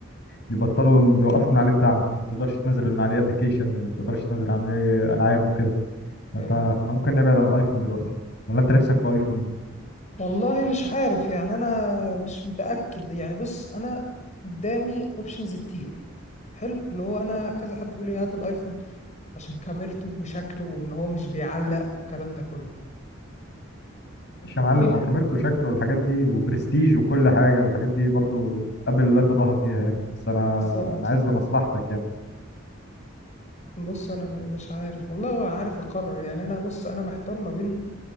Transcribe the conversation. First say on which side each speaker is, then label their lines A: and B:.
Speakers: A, on the left; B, on the left.
A: بيبطلوا بيوقفوا من عليه الدعم ما بتقدرش تنزل من عليه ابلكيشنز ما بتقدرش تنزل عليه العاب وكده
B: حلو
A: فانت احنا ممكن نبعد عن الايفون دلوقتي ولا انت نفسك في ايفون
B: والله مش عارف يعني انا مش متاكد يعني بص انا قدامي اوبشنز كتير حلو اللي هو انا كذا حد بيقول لي هات الايفون عشان كاميرته وشكله وان هو مش بيعلق والكلام ده كله
A: ماشي يا معلم
B: في ن-
A: هو كاميرته وشكله والحاجات دي وبرستيج وكل حاجه والحاجات دي برضو ابل لا تضاهى فيها يعني بس انا
B: بالظبط
A: انا عايز لمصلحتك يعني
B: بص انا م- مش عارف والله ولا عارف اقرر يعني انا بص انا محتار ما بين